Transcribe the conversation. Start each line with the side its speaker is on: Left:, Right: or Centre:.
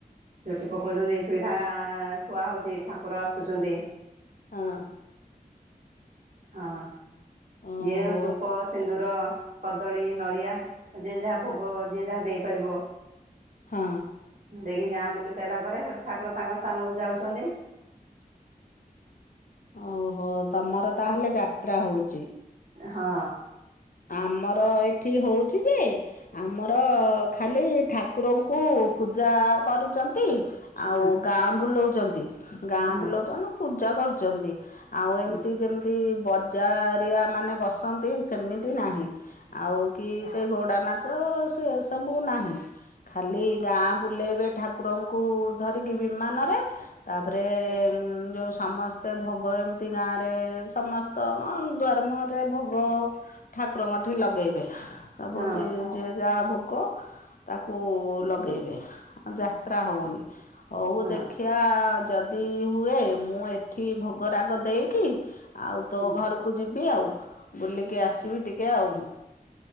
Right: ଝୋଟି ପକଉଛନ୍ତି ପିଢା ଥୁଆ ହଉଛି ଠାକୁର ଆସୁଛନ୍ତି।
Left: ହଁ।
Right: ହଁ
Left: ଓହୋ
Right: ଯିଏ ଧୂପ, ସିନ୍ଦୁର କଦଳୀ, ନଡ଼ିଆ ଯିଏ ଯାହା ଭୋଗ ଯିଏ ଯାହା ଦେଇପାରିବ।
Left: ହଁ।
Right: ଦେଇକି ଗାଁ ବୁଲି ସାଇଲା ପରେ ସେଇଠୁ ଠାକୁର ତାଙ୍କ ସ୍ଥାନକୁ ଯାଉଛନ୍ତି।
Left: ଓହୋ, ତମର ତାହେଲେ ଯାତ୍ରା ହଉଚି।
Right: ହଁ।
Left: ଆମର ଏଠି ହଉଚି ଯେ, ଆମର ଖାଲି ଠା କୁରଙ୍କୁ ପୂଜା କରୁଚନ୍ତି ଆଉ
Right: ହଁ
Left: ଗାଁ ବୁଲୋଉଚନ୍ତି। ଗାଁ
Right: ହଁ
Left: ବୁଲୋଉଚ <unintelligible> ପୂଜା କରୁଚନ୍ତି, ଆଉ
Right: ହୁଁ
Left: ଏମ୍ତି
Right: ହୁଁ
Left: ଯେମ୍ତି ଚାରିଆ ମାନେ ବସନ୍ତି ସେମିତି ନାହିଁ, ଆଉ କି ସେ ଘୋଡ଼ା ନାଚ ସେ ସବୁ ନାହିଁ, ଖାଲି ଗାଁ ବୁଲେଇବେ ଠାକୁରଙ୍କୁ ଧରିକି ବିମାନରେ ତାପରେ ଯୋଉ ସମ ସ୍ତେ ଭୋଗ ଏମ୍ତି ଗାଁରେ ସମସ୍ତ କ ଦୁଆର ମୁହଁରେ ଭୋଗ ଠାକୁରଙ୍କ ଠେଇ ଲଗେଇବେ ସବୁ
Right: ହଁ
Left: ଯିଏ ଯାହା ଭୋଗ ତାକୁ ଲଗେଇବେ, ଆଉ ଯାତ୍ରା ହଉନି ହଉ
Right: ହଁ
Left: ଦେଖିଆ। <unintelligible> ଯଦି ହୁଏ ମୁଁ ଏଠି ଭୋଗ ରାଗ ଦେଇକି ଆଉ ତୋ
Right: ହୁଁ
Left: ଘରକୁ ଯିବି ଆଉ, ବୁଲିକି ଆସିବି ଟିକେ ଆଉ।